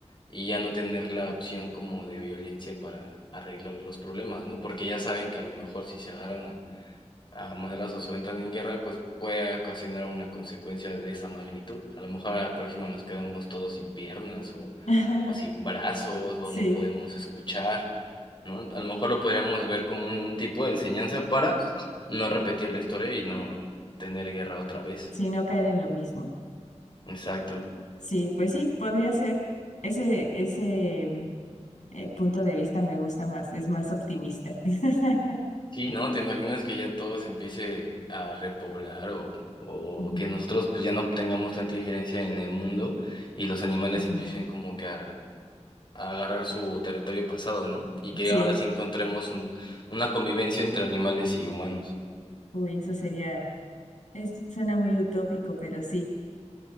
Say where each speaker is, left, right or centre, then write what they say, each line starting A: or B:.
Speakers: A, on the left; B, on the left.
A: y ya no tener la opción como de violencia para arreglar los problemas, ¿no? Porque ya saben que a lo mejor si se agarran a madrazos o entran en guerra, pues puede ocasionar una consecuencia de esa magnitud. A lo mejor a la próxima nos quedamos todos sin piernas o,
B: <laughs>
A: o sin brazos o
B: Sí,
A: no podemos escuchar, ¿no? A lo mejor lo podríamos ver como un tipo de enseñanza para no repetir la historia y no tener guerra otra vez.
B: sí, no caer en lo mismo.
A: Exacto.
B: Sí, pues sí, podría ser ese, ese eh, punto de vista me gusta más, es más optimista. <laughs>
A: Sí, ¿no? ¿Te imaginas que ya todo se empiece a repoblar o, o
B: Ujú,
A: que nosotros pues ya no tengamos tanta injerencia en el mundo y los animales
B: ujú.
A: empiecen como que a a agarrar su territorio pasado, ¿no? Y que
B: Sí,
A: ahora sí encontremos un, una convivencia entre animales y humanos.
B: uy, eso sería, es, suena muy utópico, pero sí.